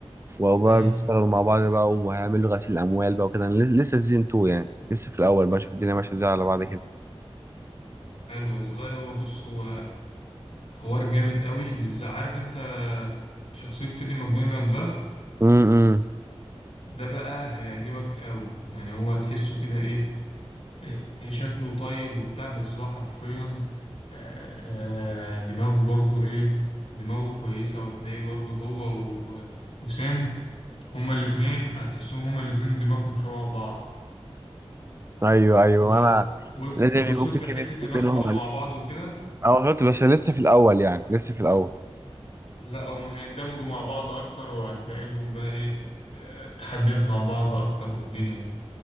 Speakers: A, on the right; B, on the left.
A: وهو
B: مم.
A: بقى بيشتغلوا مع بعض بقى وهيعملوا غسيل اموال بقى وكده أنا لس- لسه في سيزون 2 يعني لسه في الاول بقى شوف الدنيا ماشيه ازاي على بعض كده
B: حلو والله هو بص هو حوار جامد قوي بالذات عارف انت شخصية تيدي ماكدونالد ده
A: امم
B: ده بقى هيعجبك قوي يعني هو تحسه كده ايه إيه شكله طيب وبتاع بس هو حرفيا آه، آه، دماغه برضو ايه دماغه كويسة وتلاقيه برضو هو و- وسنت هما الاتنين هتحسهم هما الاتنين دماغهم شبه بعض
A: ايوه ايوه
B: هو
A: انا
B: بص
A: لازم
B: انت وصلت
A: يكون في كيمستري
B: لحتة ان
A: بينهم
B: هما بقوا مع بعض وكده
A: اه شفت بس لسه في الاول يعني لسه في الاول
B: لا هم هيندمجوا مع بعض اكتر وهتلاقي لهم بقى ايه آه، تحديات مع بعض اكتر والدنيا دي